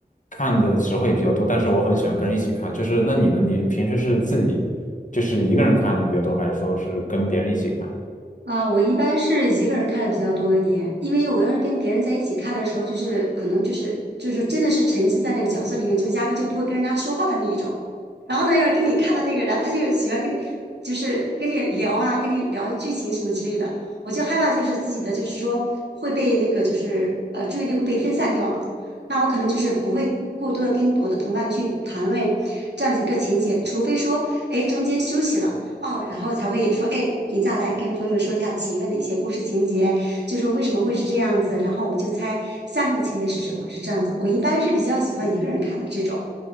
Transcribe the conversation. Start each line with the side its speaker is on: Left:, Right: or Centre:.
Left: 看的时候也比较多，但是我很喜欢跟人一起看。就是那你呢？你平时是自己就是一个人看的比较多，还是说是跟别人一起看？
Right: 啊，我一般是一个人看的比较多一点，因为我要是跟别人在一起看的时候，就是可能就是就是真的是沉浸在那个角色里面，就压根就不会跟人家说话的那一种。然后呢，要是跟你看的那个人啊他就喜欢跟你就是跟你聊啊，跟你聊剧情什么之类的，我就害怕就是自己的就是说会被那个就是呃注意力会被分散掉嘛。那我可能就是不会过多的跟我的同伴去谈论这样子一个情节，除非说哎中间休息了。哦，然后才会说，哎，停下来跟朋友说一下前面的一些故事情节，就说为什么会是这样子，然后我们就猜下面的情节是什么，是这样子。我一般是比较喜欢一个人看的这种